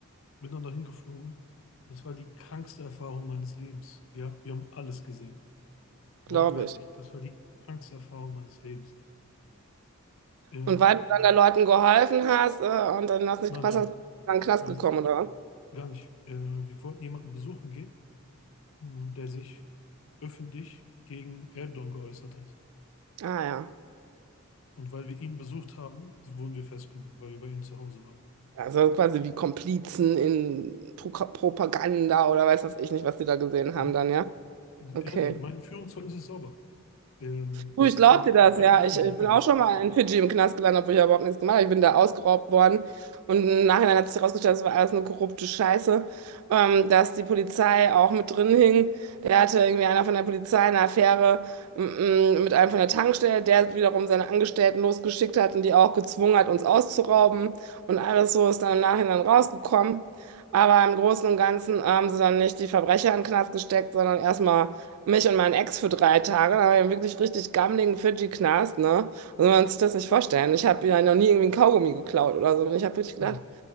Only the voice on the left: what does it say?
Bin dann dahin geflogen. Das war die krankste Erfahrung meines Lebens. Ja, wir haben alles gesehen. Wortwörtlich,
das war die krankste Erfahrung meines Lebens. Ähm,
nein,
nein,
wir,
gar nicht. Äh, wir wollten jemanden besuchen gehen, mh, der sich öffentlich gegen Erdogan geäußert hat.
Und weil wir ihn besucht haben, wurden wir festgenommen, weil wir bei ihm zu Hause waren.
Hm?
Ja, ich, mein Führungszeugnis ist sauber. Ähm,
das
ist
ja
rechtswidrig
gewesen.
Ja,